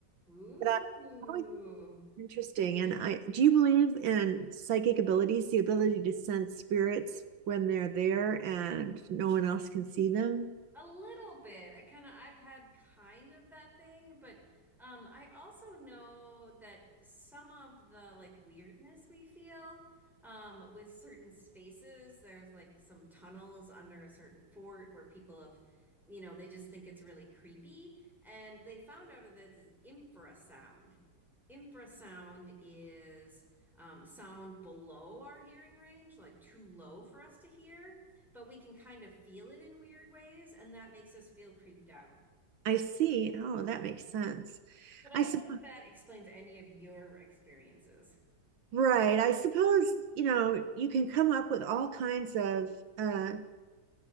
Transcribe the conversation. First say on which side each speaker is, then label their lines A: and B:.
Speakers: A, in the centre; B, on the right.
A: Ooh.
B: But I
A: Ooh.
B: always Interesting. And I do you believe in psychic abilities, the ability to sense spirits when they're there and no one else can see them?
A: A little bit. I kind of I've had kind of that thing, but um I also know that some of the like weirdness we feel um with certain spaces, there's like some tunnels under a certain fort where people have, you know, they just think it's really creepy and they found out of this is infrasound. Infrasound is um, sound below our hearing range, like too low for us to hear but we can kind of feel it in weird ways, and that makes us feel creeped out.
B: I see. Oh, that makes sense.
A: But I
B: I
A: don't
B: suppose,
A: think that explains any of your experiences.
B: right. I suppose, you know, you can come up with all kinds of uh,